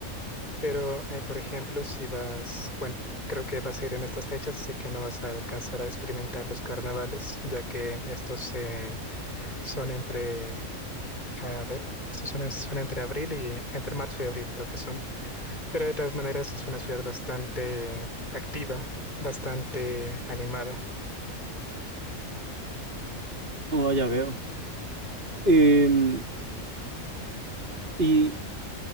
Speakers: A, on the left (about 35°); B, on the right (about 45°).
A: pero eh, por ejemplo, si vas, bueno, creo que vas a ir en estas fechas, sé que no vas a alcanzar a experimentar los carnavales, ya que estos eh, son entre, a ver, estos son, son entre abril y, entre marzo y abril, creo que son. Pero de todas maneras es una ciudad bastante activa, bastante animada.
B: Oh, ya veo. Em, y